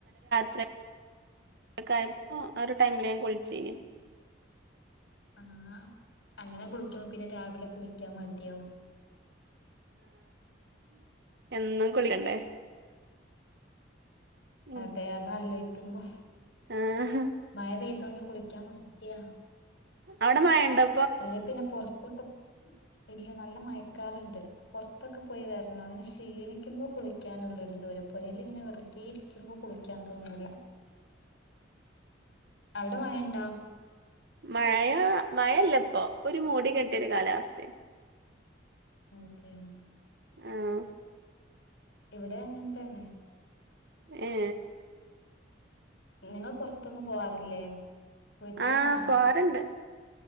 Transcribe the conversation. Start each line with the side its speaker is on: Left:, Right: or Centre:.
Right: ആയപ്പോ ആ ഒരു ടൈമില് ഞാൻ കുളിച്ചീനി
Left: ആഹ് അങ്ങനെ കുളിക്കുമ്പോ പിന്നെ രാവിലെ കുളിക്കാൻ മടിയാവും
Right: എന്നും കുളിക്കണ്ടേ? ഉം
Left: അതെ അതാലോ തുമ്പോ
Right: ആഹ്
Left: മഴ പെയ്തോണ്ട് കുളി ക്കാൻ മട്യാ
Right: അവടെ മയണ്ടോ?
Left: അല്ലേ പിന്നെ പൊർ <unintelligible> ഇല്ല നല്ല മയക്കാറിണ്ട്, പൊറത്തൊക്കെ പോയി വരണം, അങ്ങനെ ക്ഷീണിക്കുമ്പോ കുളിക്കാനുള്ള ഒരു ഇത് വെരും പൊരേലിങ്ങനെ വെറുതെ ഇരിക്കുമ്പോ കുളിക്കാൻ തോന്നൂല. അവടെ മയണ്ടോ?
Right: മഴ മഴ ഇല്ല ഇപ്പൊ ഇപ്പൊ ഒരു മൂടി കെട്ടിയ ഒരു കാലാവസ്ഥയാ.
Left: ഓക്കെ
Right: ആഹ്
Left: ഇവിടേം അങ്ങൻത്തന്നെ
Right: ഏ
Left: നിങ്ങൾ പൊറത്തൊന്നും പോവാറില്ലേ? വീട്ടിലന്നാണോ
Right: ആഹ് പോവാറ്ണ്ട്